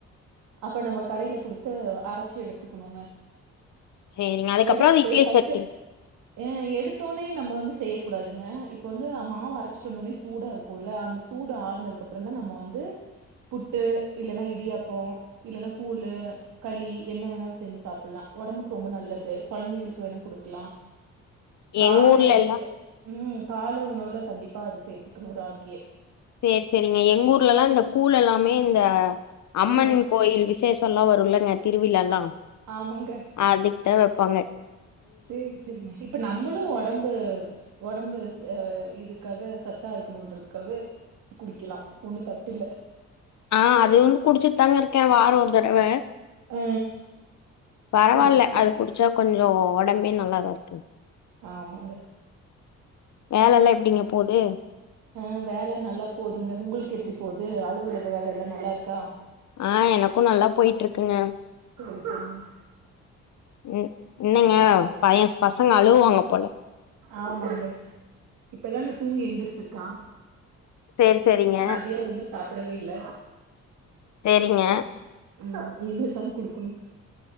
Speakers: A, on the right; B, on the left.
A: அப்ப நம்ம கடையில குடுத்து அரைச்சு எடுத்துக்கணுங்க
B: சேரிங்க அதுக்கப்புற
A: எடுத்துட்டு
B: அது இட்லி
A: ஃபஸ்ட்டு
B: சட்னி
A: ஏ எடுத்தோனே நம்ம வந்து செய்ய கூடாதுங்க இப்ப வந்து மாவு அரச்சிட்டு வந்த உடனே சூடா இருக்கு ள்ள அந்த சூடு ஆறுனதுக்கு அப்றோ தா நம்ம வந்து புட்டு இல்லன்னா இடியாப்போ இல்லன்னா கூழு களி என்ன வேணாலு செஞ்சு சாப்படலா உடம்புக்கு ரொம்ப நல்லது கொழந்தைங்களுக்கு வேணா குடுக்கலா காலய
B: எங்க ஊர்ல எல்லா
A: உ கால உணவுல கண்டிப்பா அத சேத்துக்கணு ராகிய
B: சேர் செரிங்க எங்க ஊர்லல்லா இந்த கூழ் எல்லாமே இந்த அம்மன்
A: அ
B: கோயில் வி விசேஷோ எல்லா வருலங்க திருவிழா எல்லா
A: ஆமங்க
B: அதுக்கு தா வெப்பாங்க
A: சேரி செரிங்க இப்ப நம்மளு உடம்பு உடம்பு இதுக்காக சத்தா இருக்கணுன்றதுக்காக குடிக்கலா ஒண்ணு தப்புல்ல
B: ஆ அது ஒன்னு குடிச்சிட்டு தாங்க இருக்கே வார ஒரு தடவ
A: ஆ
B: பரவாயில்ல
A: சேரி சேரிங்க
B: அது குடிச்சா கொஞ்சோ உடம்பே நல்லாதா இருக்கு
A: ஆமாங்க
B: வேலல்லா எப்படிங்க
A: ம்
B: போது
A: ஆ வேலை நல்லா போதுங்க உங்களுக்கு எப்டி போது அலுவலக வேலல்லா நல்லா இருக்கா
B: ஆ எனக்கு நல்லா போயிட்டு இருக்குங்க
A: சேரி சேரிங்க
B: ம் என்னங்க பையன் பசங்க அழுவுவாங்க போல
A: ஆமாங்க இப்பதாங்க தூங்கி எழுந்திருச்சிருக்கா
B: சேரி, சேரிங்க.
A: மதியோ ஒன்னு சாப்டவே இல்ல
B: சேரிங்க.
A: உ இனிமேல் தண்ணி குடுக்கணு